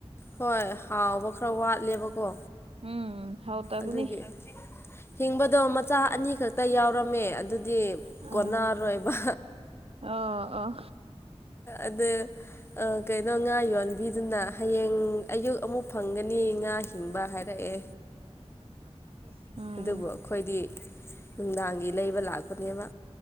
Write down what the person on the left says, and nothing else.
ꯍꯣꯏ ꯍꯥꯎꯕ ꯈ꯭ꯔ ꯋꯥꯠꯂꯦꯕꯀꯣ
ꯑꯗꯨꯒꯤ ꯍꯤꯡꯕꯗꯣ ꯃꯆꯥ ꯑꯅꯤ ꯈꯛꯇ ꯌꯥꯎꯔꯝꯃꯦ ꯑꯗꯨꯗꯤ
ꯀꯣꯟꯅꯥꯔꯣꯏꯕ
ꯑꯗꯨ ꯑꯥ ꯀꯩꯅꯣ ꯉꯥ ꯌꯣꯟꯕꯤꯗꯨꯅ ꯍꯌꯦꯡ ꯑꯌꯨꯛ ꯑꯃꯨꯛ ꯐꯪꯒꯅꯤ ꯉꯥ ꯍꯤꯡꯕ ꯍꯥꯏꯔꯛꯑꯦ
ꯑꯗꯨꯕꯨ ꯑꯩꯈꯣꯏꯗꯤ ꯅꯨꯡꯗꯥꯡꯒꯤ ꯂꯩꯕ ꯂꯥꯛꯄꯅꯦꯕ